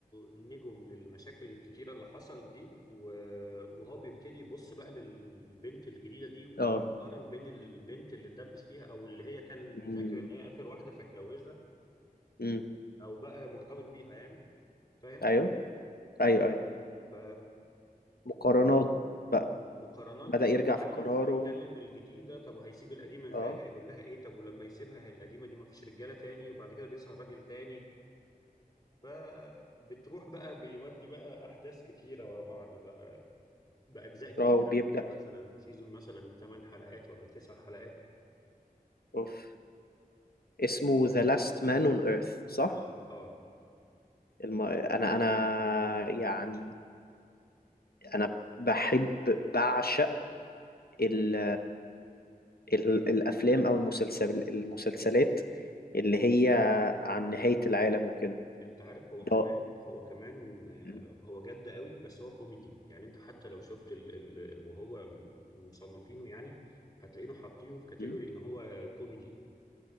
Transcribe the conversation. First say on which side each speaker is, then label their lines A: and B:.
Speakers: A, on the left; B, on the left.
A: نجوا من المشاكل الكتيرة اللي حصل دي و- وهو بيبتدي يبص بقى للبنت الجديدة دي وبيقارن
B: اه
A: بين البنت اللي اتدبس فيها أو اللي هي كان
B: مم.
A: فاكر إن هي آخر واحدة فاتجوزها
B: مم.
A: او بقى مرتبط بيها يعني فاهم
B: ايوه ايوه
A: ف
B: ايوه
A: ف-
B: مقارنات بقى
A: مقارنات
B: بدأ
A: بقى
B: يرجع
A: وعايز
B: في قراره
A: يكلم الجديده طب وهيسيب القديمه ازاي
B: اه
A: هيقول لها ايه طب ولما يسيبها هي القديمه دي ما فيش رجاله تاني وبعد كده بيظهر راجل تاني فبتروح بقى بيودي بقى احداث كتيره ورا بعض بقى باجزاء كتيره
B: اه وبيبدأ
A: كل مثلا سيزون مثلا 8 حلقات ولا 9 حلقات
B: اوف اسمه The Last Man on Earth صح؟
A: اه اه
B: الم... انا انا يعني انا بحب بعشق ال... ال... الافلام او المسلسل المسلسلات اللي هي عن نهاية العالم وكده
A: انت عارف هو
B: ده
A: كمان هو كمان آه،
B: م-
A: هو جد قوي بس هو كوميدي يعني انت حتى لو شفت ال... ال... وهو م- مصنفينه يعني هتلاقينه حاطينه في كاتيجوري
B: م-
A: ان هو كوميدي